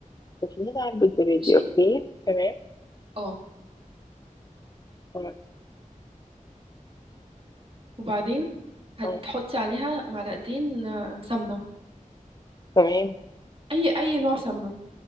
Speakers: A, on the left; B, on the right.
A: بتعمل علبه زبادي
B: ماشي
A: اوكي تمام
B: اه
A: تمام
B: وبعدين هتحطي
A: آه،
B: عليها معلقتين آه سمنه
A: تمام
B: اي اي نوع سمنه